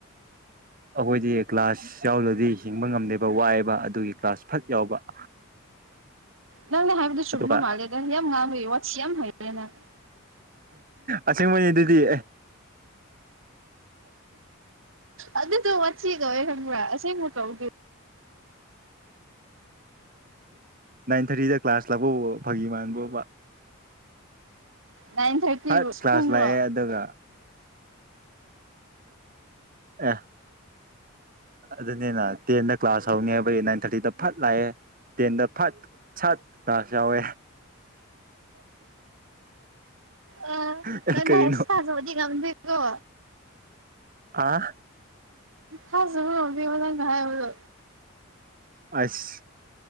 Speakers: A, on the right; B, on the right.
A: ꯑꯩꯈꯣꯏꯗꯤ ꯀ꯭ꯂꯥꯁ ꯌꯥꯎꯗꯔꯗꯤ ꯍꯤꯡꯕ ꯉꯝꯗꯦꯕ ꯋꯥꯏꯑꯦꯕ ꯑꯗꯨꯒꯤ ꯀ꯭ꯂꯥꯁ ꯐꯠ ꯌꯥꯎꯕ
B: ꯅꯪꯅ ꯍꯥꯏꯕꯗꯨ ꯆꯨꯝꯕ
A: ꯑꯗꯨꯒ
B: ꯃꯥꯜꯂꯦ ꯅꯪ ꯌꯥꯝ ꯉꯥꯡꯕꯒꯤ ꯋꯥꯠꯊꯤ ꯌꯥꯝ ꯍꯩꯔꯦ ꯅꯪ
A: ꯑꯁꯦꯡꯕꯅꯤ ꯑꯗꯨꯗꯤ ꯑꯦ
B: ꯑꯗꯨꯗꯣ ꯋꯥꯊꯤ ꯀꯧꯋꯦ ꯈꯪꯕ꯭ꯔꯥ ꯑꯁꯦꯡꯕ ꯀꯧꯗꯦ
A: ꯅꯥꯏꯟ ꯊꯥꯔꯤꯗ ꯀ꯭ꯂꯥꯁ ꯂꯥꯛꯄꯕꯨ ꯐꯥꯒꯤ ꯃꯥꯟꯕ꯭ꯔꯣꯕ
B: ꯅꯥꯏꯟ ꯊꯥꯔꯇꯤꯕꯨ
A: ꯐꯠ ꯀ꯭ꯂꯥꯁ
B: ꯄꯨꯡꯂꯣ
A: ꯂꯥꯛꯑꯦ ꯑꯗꯨꯒ ꯑ‌ꯦ ꯑꯗꯨꯅꯤꯅ ꯇꯦꯟꯗ ꯀ꯭ꯂꯥꯁ ꯍꯧꯅꯤ ꯍꯥꯏꯕꯗꯤ ꯅꯥꯏꯟ ꯊꯥꯔꯇꯤꯗ ꯐꯠ ꯂꯥꯛꯑꯦ ꯇꯦꯟꯗ ꯐꯠ ꯁꯠ ꯀ꯭ꯂꯥꯁ ꯌꯥꯎꯑꯦ
B: ꯑ
A: ꯑꯦ
B: ꯅꯪꯅ
A: ꯀꯔꯤꯅꯣ
B: ꯍꯥꯢꯕꯁꯤ ꯊꯥꯖꯕꯗꯤ ꯉꯝꯗꯦꯀꯣ
A: ꯑꯥ
B: ꯊꯥꯖꯕ ꯉꯝꯗꯦꯕ ꯅꯪꯅ ꯍꯥꯢꯕꯗꯨ
A: ꯑꯩꯁ